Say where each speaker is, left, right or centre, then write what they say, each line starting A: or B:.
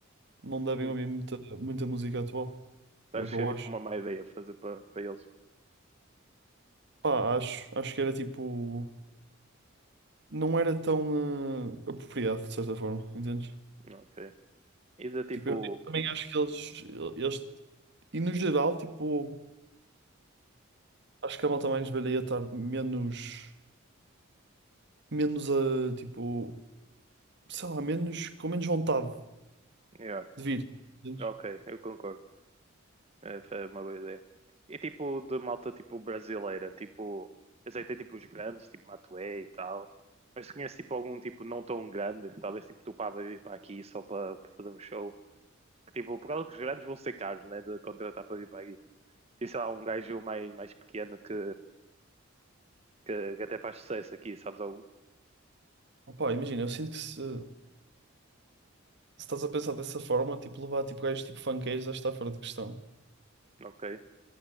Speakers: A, on the right; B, on the right.
A: não devem
B: Hum.
A: ouvir muita, muita música atual.
B: Tu
A: É
B: achas
A: o que eu
B: que é tipo
A: acho.
B: uma má ideia fazer para para eles?
A: Pá, acho, acho que era tipo. Não era tão eh, apropriado, de certa forma, entendes?
B: Ok. E de tipo.
A: Tipo, eu também acho que eles, eles. E no geral, tipo. Acho que a malta mais velha ia estar menos. Menos a. tipo. Sei lá, menos. Com menos vontade
B: Yeah.
A: de vir, entendes?
B: Ok, eu concordo. É, foi uma boa ideia. E tipo de malta tipo brasileira, tipo. Eu sei que tem tipo os grandes, tipo Matuê e tal. Mas se conheces tipo algum tipo não tão grande que talvez tipo tu pá vai vir para aqui só para para fazer um show. Que tipo, por causa que os grandes vão ser caros, né? De contratar para vir para aqui. Tem sei lá um gajo mais, mais pequeno que Que, que até faz sucesso aqui, sabes algo
A: Opá, imagina, eu sinto que se, se estás a pensar dessa forma, tipo, levar tipo gajos tipo funkeiros, acho que está fora de questão.
B: Ok.